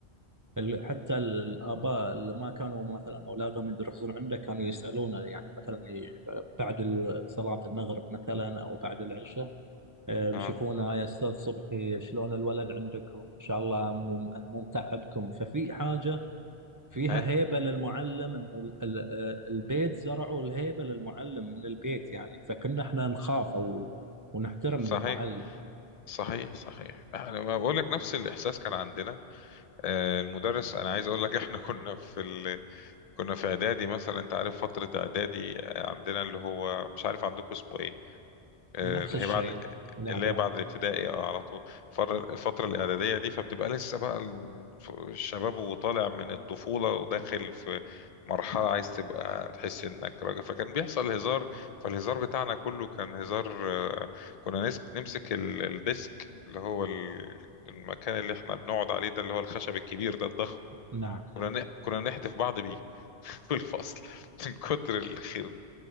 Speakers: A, on the right (about 35°); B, on the left (about 40°).
A: فحتى الاباء اللي ما كانوا مثلا اولادهم يدرسون عنده كانوا يسالونه يعني مثلا ي- بعد ال- صلاه المغرب مثلا او بعد العشاء آه، بيشوفونه
B: اه
A: يا استاذ صبحي شلون الولد عندكم ان شاء الله مو مو متعبكم ففي حاجه فيها
B: اي
A: هيبة للمعلم انه ال- ال- آه، البيت زرعوا الهيبة للمعلم من البيت يعني فكنا احنا نخاف او ونحترم
B: صحيح
A: المعلم
B: صحيح صحيح انا ما بقول لك نفس الاحساس كان عندنا آه، المدرس انا عايز اقول لك احنا <laughs> كنا في ال... كنا في اعدادي مثلا انت عارف فتره اعدادي آه، عندنا اللي هو مش عارف عندكم اسمه ايه آه،
A: نفس
B: اللي
A: الشيء
B: هي بعد
A: الاعداد
B: اللي هي بعد الابتدائي اه على طول فر- الفترة الإعدادية دي فبتبقى لسه بقى الف- الشباب وطالع من الطفولة وداخل في مرحلة عايز تبقى تحس إنك راجل فكان بيحصل هزار فالهزار بتاعنا كله كان هزار آه، كنا نس- نمسك ال- الديسك اللي هو ال- المكان اللي احنا بنقعد عليه ده اللي هو الخشب الكبير ده الضخم
A: نعم
B: كنا
A: نعم
B: ن- كنا نحدف بعض بيه <laughs> في الفصل من كتر الخير